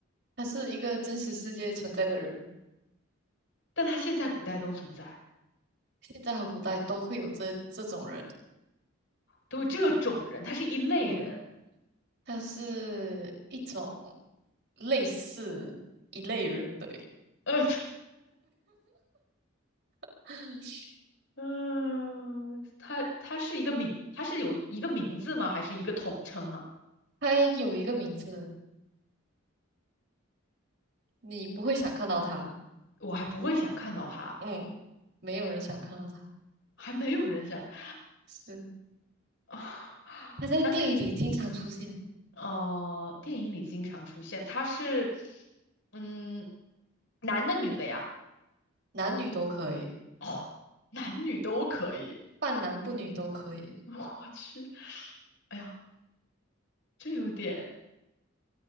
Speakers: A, on the right (about 55°); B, on the left (about 65°).
A: 他是一个真实世界存在的人。
B: 但他现在、古代都存在，
A: 现在和古代都会有这这种人，
B: 都有这种人，他是一类人。
A: 嗯，他是一种类似一类人，对
B: 呃，
A: <laughs>，
B: 嗯、他他是一个名，他是有一个名字吗？还是一个统称啊？
A: 他有一个名字，你不会想看到他，
B: 我还不会想看到他，
A: 嗯，没有人想看到他，
B: 还没有人想 <sighs>
A: 是
B: 啊。
A: 他在电影里经常出现，
B: 那可。呃，电影里经常出现，他是，嗯，男的女的呀？
A: 男女都可以，
B: 哦，男女都可以。
A: 半男不女都可以，
B: 我去，哎呀，这有点，